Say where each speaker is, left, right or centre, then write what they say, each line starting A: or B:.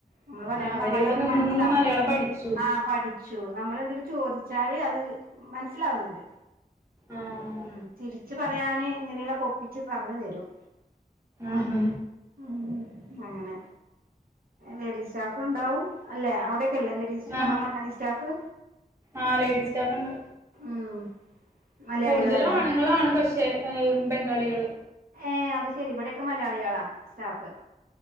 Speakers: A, on the right; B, on the right.
A: നമ്മള് മലയാളം
B: ആഹ് അവരിവിടെ
A: പറഞ്ഞാല് അവർക്ക്
B: നിന്ന്
A: മനസ്സിലാവ്ന്നുണ്ട്
B: നിന്ന് മലയാളം പഠിച്ചു
A: ആഹ് പഠിച്ചു നമ്മളെന്തേലും ചോദിച്ചാല് അത് മനസ്സിലാവ്ന്നുണ്ട്
B: ആഹ്
A: ഉം തിരിച്ച് പറയാന് എങ്ങനേല്വൊക്കെ ഒപ്പിച്ച് പറഞ്ഞ് തരും
B: ആഹ്
A: ഉം അങ്ങനെ ലേഡീസ് സ്റ്റാ പ്പം ഉണ്ടാവും അല്ലെ അവിടെക്കില്ലേ ലേഡീസ് നമ്മടെ
B: ആഹ്
A: മലയാളി സ്റ്റാഫ്
B: ആഹ് ലേഡീസ് സ്റ്റാഫ് ഉണ്ട്
A: ഉം മലയാളികളല്ലേ
B: കൂടുതലും ആണുങ്ങളാണ് പക്ഷേ ഏഹ് ബംഗാളികള്
A: ഏഹ് അത് ശെരി ഇവിടെക്കെ മലയാളികളാ സ്റ്റാഫ്